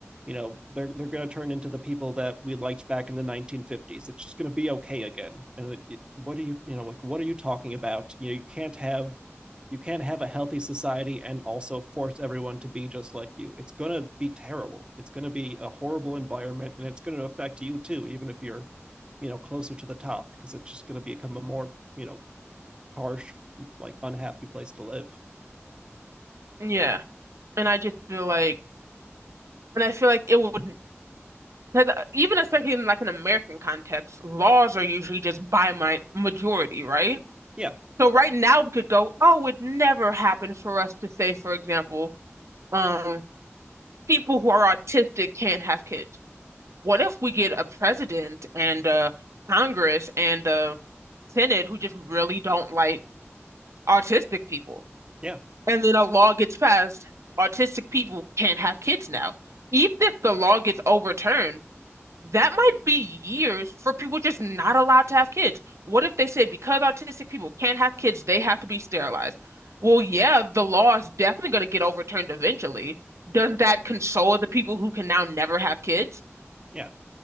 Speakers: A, on the right; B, on the right.
A: you know they're they're going to turn into the people that we liked back in the 1950s it's just going to be okay again and it, it, what are you you know like what are you talking about you know you can't have you can't have a healthy society and also force everyone to be just like you it's going to be terrible it's going to be a horrible environment and it's going to affect you too even if you're you know closer to the top because it's just going to become a more you know harsh like unhappy place to live
B: Yeah. And I just feel like, and I feel like it would, 'cause uh, even especially in like an American context, laws are usually just by my majority, right?
A: yeah
B: So right now we could go, oh, it would never happened for us to say, for example, um, people who are autistic can't have kids. What if we get a president and uh Congress and uh Senate who just really don't like autistic people?
A: yeah
B: And then a law gets passed, autistic people can't have kids now. Even if the law gets overturned, that might be years for people just not allowed to have kids. What if they say because autistic people can't have kids, they have to be sterilized? Well, yeah, the law is definitely going to get overturned eventually. Does that console the people who can now never have kids?
A: yeah